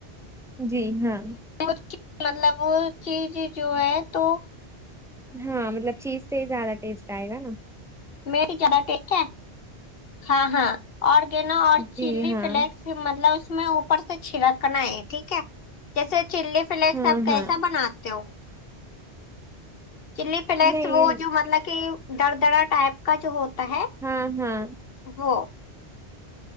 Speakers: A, in the centre; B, on the left.
A: جی ہاں
B: م مطلب وہ چیز جو ہے تو
A: ہاں مطلب چیز سے ہی زیادہ ٹیسٹ آئے گا نا
B: میادہ ٹھیک ہے ہاں ہاں اوررگین اور
A: جی
B: چلی
A: ہاں
B: فلیکس مطلب اس میں اوپر سے چھینکنا ہے ٹھیک ہے جیسے چلی فلیکس
A: ہاں
B: آپ کیسا
A: ہاں
B: بناتے ہو چلی فلیکس
A: نہیں
B: وہ جو مطلب کہ در درا ٹائپ کا جو ہوتا ہے
A: ہاں ہاں
B: وہ